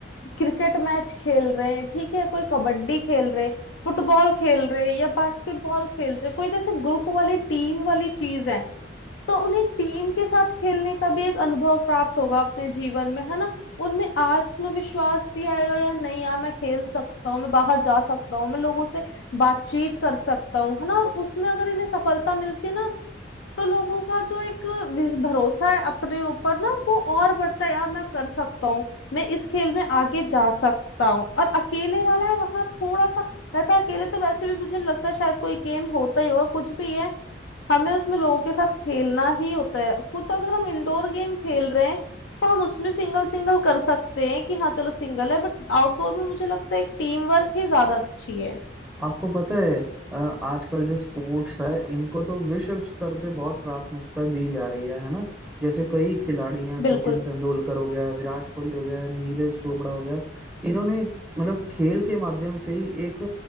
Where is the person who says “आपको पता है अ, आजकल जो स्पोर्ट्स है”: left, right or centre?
Centre